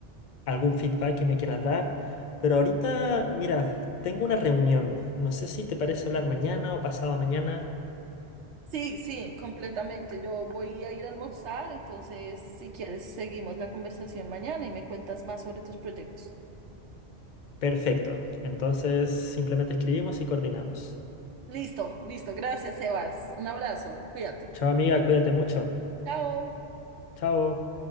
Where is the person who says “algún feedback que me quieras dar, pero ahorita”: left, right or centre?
Left